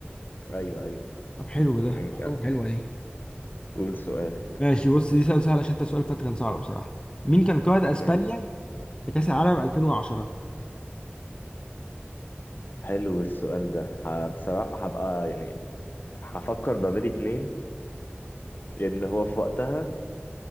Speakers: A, on the left (about 50°); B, on the left (about 25°).
A: ايوه ايوه
B: طب حلو ده
A: آه،
B: معلومه حلوه دي
A: قول سؤال
B: ماشي بص دي سؤال سهل عشان انت سؤال فات كان صعب بصراحة مين كان قائد اسبانيا
A: ماشي
B: في كأس العالم 2010
A: حلو السؤال ده ه- بصراحة هبقى يعني هفكر ما بين اتنين لأن هو في وقتها